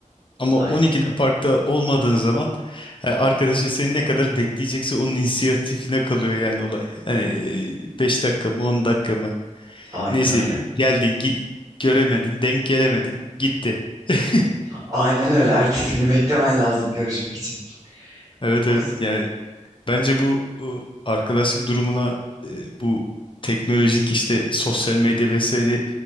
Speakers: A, on the left (about 40°); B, on the right (about 25°).
A: Ama
B: ay-
A: 12'de parkta olmadığın zaman e, arkadaşın seni ne kadar bekleyecekse onun inisiyatifine kalıyor yani olay. Hani 5 dakika mı 10 dakika mı
B: aynen
A: neyse
B: öyle.
A: geldin gi- göremedin denk gelemedin gitti. <laughs>
B: Aynen öyle. Ertesi günü beklemen lazım görüşmek için.
A: Evet
B: O
A: evet
B: yüzden.
A: yani Bence bu bu arkadaşlık durumuna e, bu teknolojik işte sosyal medya vesaire